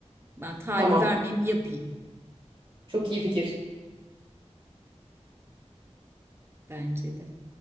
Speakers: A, on the right; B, on the right.
A: Ben tarif
B: Tamam.
A: vermeyeyim, yapayım
B: Çok iyi fikir.
A: bence de.